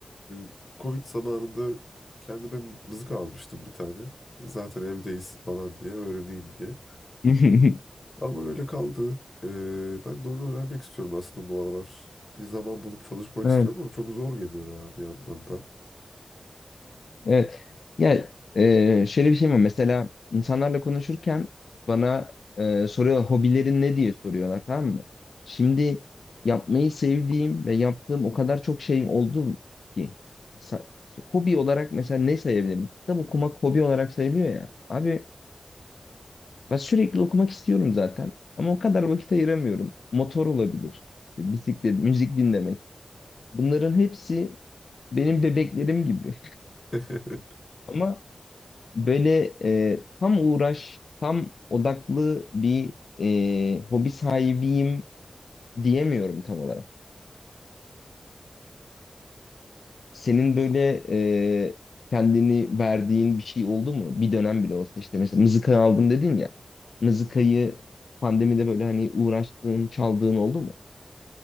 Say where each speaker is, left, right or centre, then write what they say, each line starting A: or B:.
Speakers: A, on the left (about 40°); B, on the left (about 85°).
A: e, Covid zamanında kendime mızık almıştım bir tane. Zaten evdeyiz falan diye öğreneyim diye.
B: <laughs>
A: Ama öyle kaldı. Ee, ben de onu öğrenmek istiyorum aslında bu aralar. Bir zaman bulup çalışmak
B: Evet.
A: istiyorum ama çok zor geliyor ya bir yandan da.
B: Evet. Ya e, şöyle bir şey var. Mesela insanlarla konuşurken bana e, soruyorlar hobilerin ne diye soruyorlar tamam mı? Şimdi yapmayı sevdiğim ve yaptığım o kadar çok şey oldu ki. Sa- hobi olarak mesela ne sayabilirim? Kitap okumak hobi olarak sayılıyor ya. Abi ben sürekli okumak istiyorum zaten. Ama o kadar vakit ayıramıyorum. Motor olabilir. İşte bisiklet, müzik dinlemek. Bunların hepsi benim bebeklerim gibi.
A: <laughs>
B: <laughs> Ama böyle e, tam uğraş, tam odaklı bir e, hobi sahibiyim diyemiyorum tam olarak. Senin böyle e, kendini verdiğin bir şey oldu mu? Bir dönem bile olsa işte mesela mızıka aldım dedin ya. Mızıkayı pandemide böyle hani uğraştığın, çaldığın oldu mu?